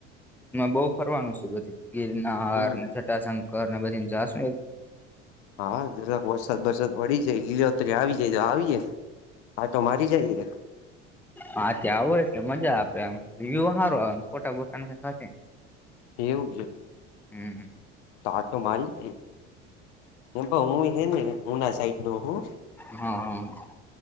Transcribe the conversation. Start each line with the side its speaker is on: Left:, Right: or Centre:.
Centre: બહુ ફરવાનું છે બધી ગીર. નારને
Left: હમ
Centre: છટાશંકરને બધી જાશણી.
Left: હા દરાક વરસાદ વરસાદ પડી જાય લી અત આવી જાય તો આવીયે. હા તો મારી જઈએ.
Centre: હા ત્યાં આવો એટલે મજા આપે એમ વ્ય સારું આવે ખોટા બોટા.
Left: એવું છે.
Centre: હમ.
Left: તા આ તો મારી. હું હ ને હુના સાઈડ ન હું.
Centre: હા હમ.